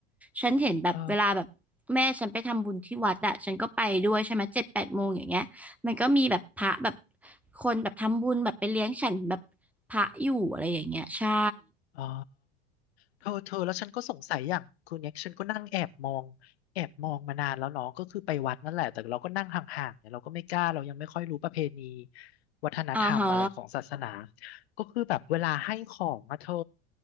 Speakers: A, in the centre; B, on the left (about 70°).
A: ฉันเห็นแบบเวลาแบบแม่ฉันไปทำบุญที่วัดอะฉันก็ไปด้วยใช่ไหมเจ็ดแปดโมงอย่างเงี้ย
B: เออ
A: มันก็มีแบบพระแบบคนแบบทำบุญแบบไปเลี้ยงฉันแบบพระอยู่อะไรอย่างเงี้ยใช่
B: อ๋อเธอเธอแล้วฉันก็สงสัยอย่างคือเนี่ยฉันก็นั่งแอบมองแอบมองมานานแล้วเนาะก็คือไปวัดนั่นแหละแต่เราก็นั่งห่างๆเนี่ยเราก็ไม่กล้าเรายังไม่ค่อยรู้ประเพณีวัฒนธรรมอะไรของศาสนา
A: อ่าฮะ
B: ก็คือแบบเวลาให้ของอะเธอ